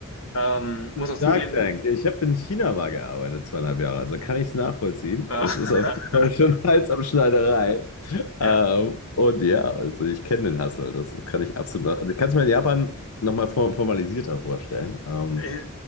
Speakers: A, on the left; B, on the left.
A: Ähm, muss auch zugeben,
B: Shark Tank. Ich habe in China mal gearbeitet, zweieinhalb Jahre, also kann ich es nachvollziehen.
A: äh,
B: Es ist
A: <laughs>
B: auf jeden Fall schon <laughs> Hals am Schneiderei.
A: ja,
B: Ähm, und ja, also ich kenne den Hustle, das, das kann ich absolut. nach- Also ich kann es mir in Japan nochmal formalisierter vorstellen. Ähm,
A: äh,